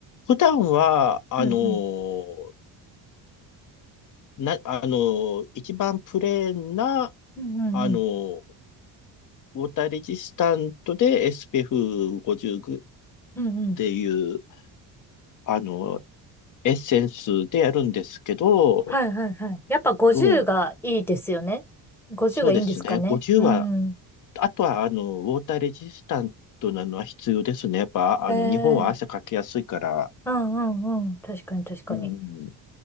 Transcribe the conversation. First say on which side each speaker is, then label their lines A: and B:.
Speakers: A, on the left (about 45°); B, in the centre.
A: 普段は、あのー、
B: うんうん。
A: な、あのー、一番プレーンな、
B: うんうんうん。
A: あのー、ウォーターレジスタントで SPF50 っ
B: うんうん。
A: ていう、あのー、エッセンスでやるんですけど、
B: はいはいはい。やっぱ50がいいですよね。
A: うん。
B: 50がいいんですかね。
A: そうですね。50は、
B: うん。
A: あとは、あの、ウォーターレジスタントなのは必要ですね。やっぱ、あの、
B: ええ
A: 日本は汗かきやすいから、
B: うんうんうん。確かに確かに。
A: うん、